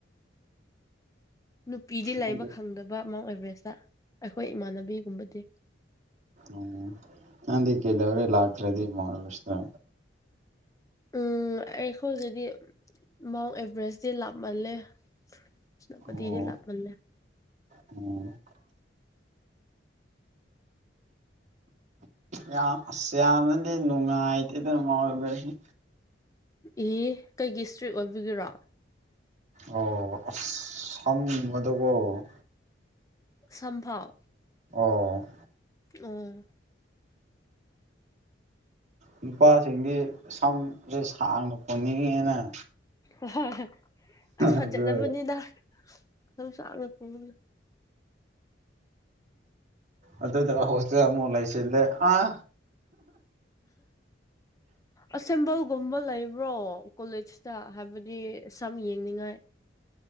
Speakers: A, on the left; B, on the right.
A: ꯅꯨꯄꯤꯗꯤ
B: ꯅꯪꯗꯤ
A: ꯂꯩꯕ ꯈꯪꯗꯕ ꯃꯥꯎꯟ ꯑꯦꯕꯔꯦꯁꯇ ꯑꯩꯈꯣꯏ ꯏꯃꯥꯟꯅꯕꯤꯒꯨꯝꯕꯗꯤ꯫
B: ꯎꯝ ꯅꯪꯗ ꯀꯩꯗꯕ꯭ꯔꯦ ꯂꯥꯛꯇ꯭ꯔꯦꯗꯤ ꯃꯥꯁ꯭ꯔ ꯑꯦꯚꯦꯔꯁꯇꯥ꯫
A: ꯎꯝ ꯑꯩꯈꯣꯏꯒꯗꯤ ꯃꯥꯎꯟ ꯑꯦꯚꯔꯦꯁꯇꯤ ꯂꯥꯞꯃꯜꯂꯦ꯫ ꯁꯦꯅꯥꯄꯇꯤꯗꯤ
B: ꯑꯣ
A: ꯂꯥꯞꯃꯜꯂꯦ
B: ꯎꯝ꯫
A: <inaudible>
B: ꯌꯥꯝ ꯑꯁ ꯌꯥꯝꯅꯗꯤ ꯅꯨꯡꯉꯥꯏꯇꯦꯗ ꯃꯥ ꯑꯣꯏꯕꯩ ꯁꯨꯝ
A: ꯑꯦ ꯀꯩꯒꯤ ꯏꯁꯇ꯭ꯔꯤꯛ ꯑꯣꯏꯕꯤꯒꯤꯔꯣ꯫
B: ꯑꯣ ꯑꯁ <unintelligible>
A: ꯁꯝꯐꯥꯎ꯫
B: ꯑꯣ꯫
A: ꯑꯣ꯫
B: ꯅꯨꯄꯥꯁꯤꯡꯗꯤ ꯁꯝꯁꯦ ꯁꯥꯡꯅ ꯄꯨꯅꯤꯡꯉꯤꯗꯅ꯫
A: ꯑ ꯍ ꯑ ꯍ ꯑꯁ ꯐꯖꯔꯝꯃꯅꯤꯗ
B: ꯑꯗꯨ
A: <unintelligible>
B: ꯑꯗꯨꯒ ꯍꯣꯁꯇꯦꯜ ꯑꯃꯨꯛ ꯂꯩꯁꯤꯜꯂꯦ ꯑꯥ꯫
A: ꯑꯁꯦꯝꯕꯜꯒꯨꯝꯕ ꯂꯩꯕ꯭ꯔꯣ ꯀꯣꯂꯦꯖꯇ ꯍꯥꯏꯕꯗꯤ ꯁꯝ ꯌꯦꯡꯅꯤꯡꯉꯥꯏ꯫